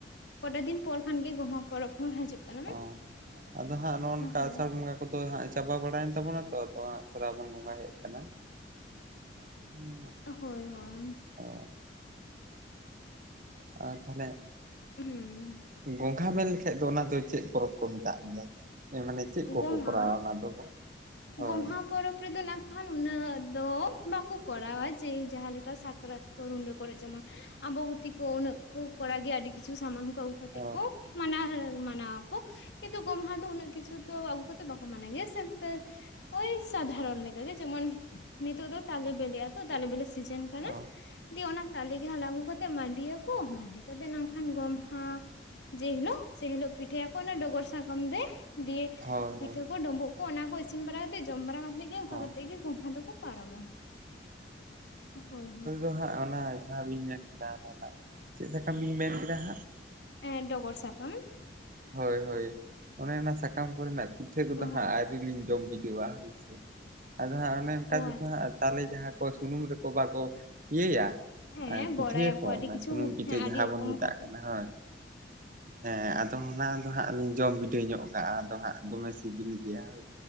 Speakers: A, on the left; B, on the right.
A: ᱠᱚᱴᱟ ᱫᱤᱱ ᱯᱚᱨ ᱠᱷᱟᱱ ᱜᱮ ᱜᱚᱢᱦᱟ ᱯᱚᱨᱚᱵᱽ ᱦᱚᱸ ᱦᱤᱡᱩᱜ ᱠᱟᱱᱟ
B: ᱚ ᱟᱫᱚ ᱦᱟᱸᱜ ᱱᱚᱜᱼᱚ ᱱᱚᱝᱠᱟ
A: ᱦᱳᱭ
B: ᱟᱥᱟᱲ ᱵᱚᱸᱜᱟ ᱟᱫᱚ ᱦᱟᱸᱜ ᱪᱟᱵᱟ ᱵᱟᱲᱟᱭᱮᱱ ᱛᱟᱵᱚᱱᱟ ᱛᱚ ᱟᱫᱚ ᱥᱚᱨᱟᱵᱚᱱ ᱵᱚᱸᱜᱟ ᱦᱮᱡ ᱟᱠᱟᱱᱟ᱾ <inaudible>
A: ᱦᱳᱭ ᱦᱳᱭ ᱾
B: ᱚᱻ ᱟᱨ ᱛᱟᱦᱚᱞᱮ
A: ᱦᱩᱸ ᱾
B: ᱜᱚᱝᱜᱷᱟ ᱢᱮᱱ ᱞᱮᱠᱷᱟᱡ ᱫᱚ ᱚᱱᱟ ᱫᱚ ᱪᱮᱫ ᱯᱚᱨᱚᱵᱽ ᱠᱚ ᱢᱮᱛᱟᱜ ᱜᱮᱭᱟ? ᱢᱟᱱᱮ ᱪᱮᱫ ᱠᱚᱠᱚ
A: ᱜᱚᱢᱦᱟ
B: ᱠᱚᱨᱟᱣᱟ ᱚᱱᱟ ᱫᱚ? ᱦᱳᱭ
A: ᱜᱚᱢᱦᱟ ᱯᱚᱨᱚᱵᱽ ᱨᱮᱫᱚ ᱱᱟᱜ ᱠᱷᱟᱱ ᱩᱱᱟᱹᱜ ᱫᱚ ᱵᱟᱠᱚ ᱠᱚᱨᱟᱣᱟ ᱡᱮ ᱡᱟᱦᱟᱸ ᱞᱮᱠᱟ ᱥᱟᱠᱨᱟᱛ ᱠᱚ ᱨᱩᱰᱟᱹ ᱠᱚᱨᱮ ᱡᱮᱢᱚᱱ ᱟᱢᱵᱟᱵᱛᱤ ᱠᱚ ᱩᱱᱟᱹᱜ ᱠᱚ ᱠᱚᱟᱣ ᱜᱮᱭᱟ ᱟᱹᱰᱤ ᱠᱤᱪᱷᱩ ᱥᱟᱢᱟᱱ ᱠᱚ ᱟᱹᱜᱩ ᱠᱟᱛᱮ
B: ᱦᱳᱭ
A: ᱠᱚ ᱢᱟᱱᱟᱣ ᱢᱟᱱᱟᱣ ᱟᱠᱚ ᱠᱤᱱᱛᱩ ᱜᱚᱢᱦᱟ ᱫᱚ ᱩᱱᱟᱹᱜ ᱠᱤᱪᱷᱩ ᱫᱚ ᱟᱹᱜᱩ ᱠᱟᱛᱮᱫ ᱵᱟᱠᱚ ᱢᱟᱱᱟᱣ ᱜᱮᱭᱟ ᱥᱤᱢᱯᱮᱞ ᱳᱭ ᱥᱟᱫᱷᱟᱨᱚᱱ ᱞᱮᱠᱟ ᱜᱮ ᱡᱮᱢᱚᱱ ᱱᱤᱛᱚᱜ ᱫᱚ ᱛᱟᱞᱮ ᱵᱮᱤᱞᱮ-ᱟ ᱛᱚ ᱱᱤᱛᱚᱜ ᱫᱚ ᱛᱟᱞᱮ ᱵᱮᱞᱮ ᱥᱤᱡᱮᱱ ᱠᱟᱱᱟ
B: ᱦᱳᱭ
A: ᱫᱤᱭᱮ ᱚᱱᱟ ᱛᱟᱞᱮ ᱜᱮ ᱦᱟᱞᱟᱝ ᱟᱹᱜᱩ ᱠᱟᱛᱮᱜ ᱛᱮᱫ ᱢᱟᱹᱰᱤᱭ ᱟᱠᱚ ᱢᱟᱹᱰᱤ ᱠᱟᱛᱮᱫ ᱱᱟᱜ ᱠᱷᱟᱱ ᱜᱚᱢᱦᱟ ᱡᱮ ᱦᱤᱞᱳᱜ ᱥᱮ ᱦᱤᱞᱳᱜ ᱯᱤᱴᱷᱟᱹᱭ ᱟᱠᱚ ᱚᱱᱟ ᱰᱚᱜᱚᱨ ᱥᱟᱠᱟᱢ ᱨᱮ ᱫᱤᱭᱮ
B: ᱦᱳᱭ
A: ᱯᱤᱴᱷᱟᱹ
B: ᱦᱳᱭ
A: ᱠᱚ ᱰᱳᱢᱵᱩᱜ ᱠᱚ ᱚᱱᱟ ᱠᱚ ᱤᱥᱤᱱ ᱵᱟᱲᱟ ᱠᱟᱛᱮᱫ ᱡᱚᱢ ᱵᱟᱲᱟ ᱠᱟᱛᱮᱫ ᱚᱱᱠᱟ
B: ᱦᱳᱭ
A: ᱠᱟᱛᱮ ᱜᱮ ᱜᱚᱢᱦᱟ ᱫᱚᱠᱚ ᱯᱟᱨᱚᱢᱟ ᱦᱳᱭ ᱦᱳᱭ ᱾
B: ᱟᱫᱚ ᱦᱟᱸᱜ ᱚᱱᱟ ᱡᱟᱦᱟᱸ ᱵᱤᱱ ᱢᱮᱱ ᱠᱮᱫᱟ ᱚᱱᱟ ᱱᱟᱜ ᱪᱮᱫ ᱥᱟᱠᱟᱢ ᱵᱤᱱ ᱢᱮᱱ ᱠᱮᱫᱟ ᱦᱟᱸᱜ?
A: ᱮᱸ ᱰᱚᱜᱚᱨ ᱥᱟᱠᱟᱢ ᱾
B: ᱦᱳᱭ ᱦᱳᱭ ᱚᱱᱮ ᱚᱱᱟ ᱥᱟᱠᱟᱢ ᱠᱚᱨᱮᱱᱟᱜ ᱯᱤᱴᱷᱟᱹ ᱠᱚᱫᱚ
A: ᱦᱳᱭ
B: ᱦᱟᱸᱜ ᱟᱹᱣᱨᱤᱞᱤᱧ ᱡᱚᱢ ᱵᱤᱰᱟᱹᱣ ᱟ ᱦᱳᱭ ᱥᱮ ᱟᱫᱚ ᱦᱟᱸᱜ ᱚᱱᱮ ᱚᱱᱠᱟ
A: ᱚ
B: ᱛᱮᱫᱚ
A: ᱟᱪᱪᱷᱟ
B: ᱦᱟᱸᱜ ᱛᱟᱞᱮ ᱡᱟᱦᱟᱸ ᱠᱚ ᱥᱩᱱᱩᱢ ᱨᱮᱠᱚ ᱵᱟᱠᱚ ᱤᱭᱟᱹᱭᱟ ᱟᱨ
A: ᱦᱮᱸ
B: ᱯᱤᱴᱷᱟᱹᱭ
A: ᱵᱚᱲᱟᱭᱟᱠᱚ
B: ᱟᱠᱚ
A: ᱟᱹᱰᱤ
B: ᱚᱱᱟ
A: ᱠᱤᱪᱷᱩ
B: ᱥᱩᱱᱩᱢ ᱯᱤᱴᱷᱟᱹ
A: ᱦᱮᱸ
B: ᱡᱟᱦᱟᱸ
A: ᱟᱹᱰᱤ ᱨᱚᱠᱚᱢ
B: ᱵᱚᱱ ᱢᱮᱛᱟᱜ
A: ᱠᱟᱛᱮ
B: ᱠᱟᱱᱟ ᱦᱳᱭ᱾ ᱦᱮᱸ ᱟᱫᱚ ᱚᱱᱟ ᱫᱚ ᱦᱟᱸᱜ ᱞᱤᱧ ᱡᱚᱢ ᱵᱤᱰᱤᱟᱹᱣ ᱧᱚᱜ ᱠᱟᱜᱼᱟ ᱟᱫᱚ ᱦᱟᱸᱜ ᱫᱚᱢᱮ ᱥᱤᱵᱤᱞ ᱜᱮᱭᱟ ᱦᱳᱭ᱾